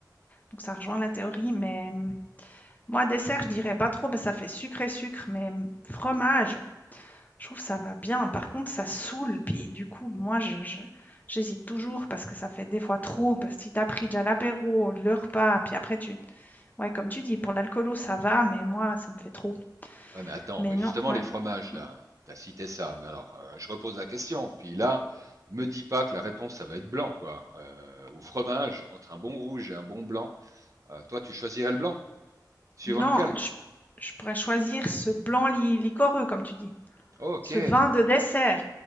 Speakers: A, on the left (about 25°); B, on the right (about 45°).
A: donc ça rejoint la théorie, mais hum, moi dessert, je dirais pas trop, parce que ça fait sucré-sucre, mais hum, fromage, je trouve ça va bien. Par contre, ça saoule, puis du coup, moi je, je- j'hésite toujours parce que ça fait des fois trop, parce que si t'as pris déjà l'apéro, le repas, puis après tu... Ouais, comme tu dis, pour l'alcoolo ça va, mais moi ça me fait trop.
B: Ouais, mais attends,
A: Mais
B: mais
A: non,
B: justement,
A: ouais.
B: les fromages,
A: hum,
B: là, t'as cité ça, mais alors, euh, je repose la question. Puis là, me dis pas que la réponse, ça va être blanc, quoi. Euh, au fromage, entre un bon rouge et un bon blanc, Euh, toi, tu choisirais le blanc, suivant
A: Non,
B: lequel?
A: je, je pourrais choisir ce blanc li- liquoreux, comme tu dis,
B: Ok.
A: ce vin de dessert.